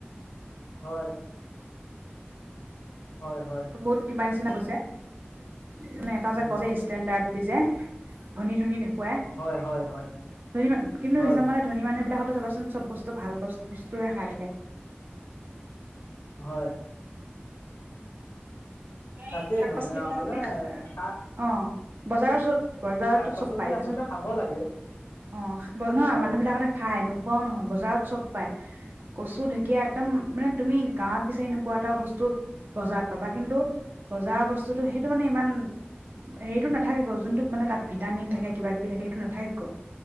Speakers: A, on the left (about 80°); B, on the right (about 55°).
A: হয়',। হয় হয়
B: বহুত কিবা, <unintelligible> মানে এটা
A: উম
B: যে', কৰে ষ্টেণ্ডাৰ্ড। এই যে', ধনী -ধনী দেখুৱাই। দেখুৱাই।
A: হয় হয় হয়
B: ধনী মানুহ, কিন্তু
A: হয়
B: হিচাপ মতে ধনী মানুহ বিলাকক, চাবাচোন চব বস্তু ভাল বস্তুয়ে খাই থাকে।
A: হয়।
B: এই,
A: তাকেইতো
B: শাক পাচলিবিলাক
A: মানে
B: যদি,
A: শাক
B: অ', -। বজাৰৰ ওচৰত বজাৰতটো
A: শাক পাচলি
B: চব পাই দিয়াচোন
A: আচলতে খাব লাগে
B: অ', নহয়
A: হয়
B: মানুহ বিলাকতে খাই নোখোৱাও নহয়, বজাৰত চব পাই কচু-ঢেঁকীয়া একদম মানে তুমি গাঁৱত বিচাৰি নোপোৱা, বস্তু বজাৰত পাবা কিন্তু বজাৰৰ বস্তুটো সেইটো মানে ইমান হেৰিটো নাথাকে গ', যোনটো মানে তাত ভিটামিন থাকে কিবা-কিবি থাকে সেইটো নাথাকে গ,